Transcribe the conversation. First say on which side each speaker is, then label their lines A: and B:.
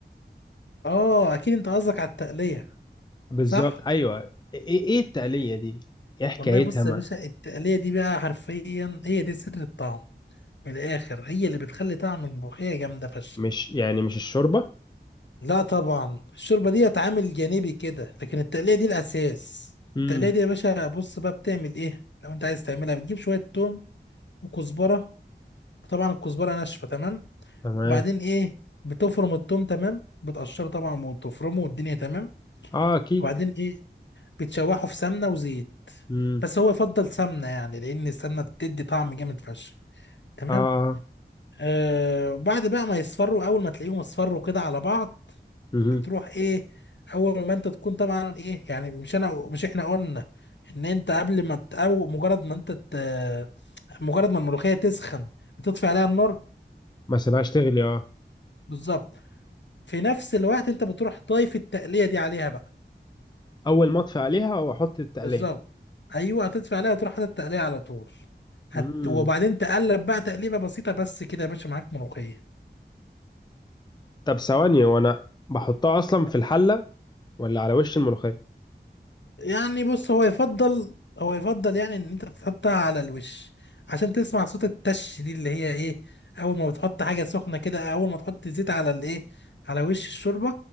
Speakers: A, on the left (about 75°); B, on the left (about 25°).
A: اه اكيد انت قصدك على التقليه
B: بالظبط
A: صح
B: ايوه ايه ايه التقليه دي ايه حكايتها
A: والله بص
B: ما
A: يا باشا التقلية دي بقى حرفيا هي دي سر الطعم من الآخر هي اللي بتخلي طعم الملوخية جامدة فشخ
B: مش يعني مش الشوربه
A: لا طبعا الشوربة دي عامل جانبي كده لكن التقلية دي الأساس
B: امم
A: التقلية دي يا باشا بص بقى بتعمل إيه لو أنت عايز تعملها بتجيب شوية توم وكزبرة طبعا الكزبرة ناشفة تمام
B: تمام
A: وبعدين إيه بتفرم التوم تمام بتقشره طبعا وتفرمه والدنيا تمام
B: اه اكيد
A: وبعدين إيه بتشوحه في سمنة وزيت
B: امم
A: بس هو يفضل سمنة يعني لأن السمنة بتدي طعم جامد فشخ تمام
B: اه اه
A: آه وبعد بقى ما يصفروا اول ما تلاقيهم اصفروا كده على بعض
B: مهم.
A: بتروح ايه اول ما انت تكون طبعا ايه يعني مش انا مش احنا قلنا ان انت قبل ما ت- او مجرد ما انت ت- مجرد ما الملوخيه تسخن بتطفي عليها النار
B: ما سيبهاش تغلي اه
A: بالظبط في نفس الوقت انت بتروح ضايف التقليه دي عليها بقى
B: اول ما اطفي عليها واحط التقليه
A: بالظبط ايوه هتطفي عليها وتروح حاطط التقليه على طول هت...
B: امم
A: وبعدين تقلب بقى تقليبه بسيطه بس كده يا باشا معاك ملوخيه
B: طب ثواني وانا بحطها اصلا في الحله ولا على وش الملوخيه
A: يعني بص هو يفضل هو يفضل يعني ان انت تحطها على الوش عشان تسمع صوت التش دي اللي هي ايه اول ما بتحط حاجه سخنه كده اول ما تحط زيت على الايه على وش الشوربه